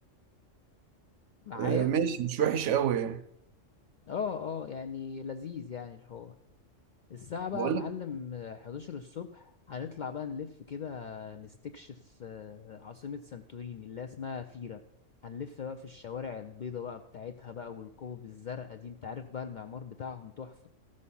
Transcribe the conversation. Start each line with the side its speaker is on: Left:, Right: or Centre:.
Left: معايا؟
Right: آه، ماشي مش وحش قوي يعني
Left: اه اه يعني لذيذ يعني الحوار الساعة بقى
Right: بقول
Left: يا معلم
Right: لك
Left: آه، حداشر الصبح هنطلع بقى نلف كده نستكشف آه، عاصمة سانتوريني اللي هي اسمها فيرا هنلف بقى في الشوارع البيضة بقى بتاعتها بقى والكوب الزرقاء دي انت عارف بقى المعمار بتاعهم تحفة